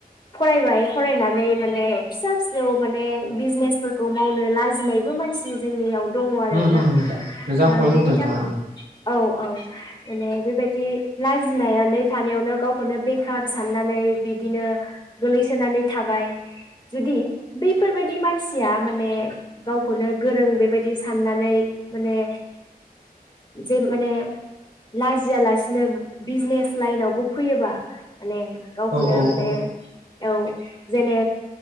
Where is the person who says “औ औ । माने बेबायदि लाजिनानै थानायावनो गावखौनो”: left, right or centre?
Left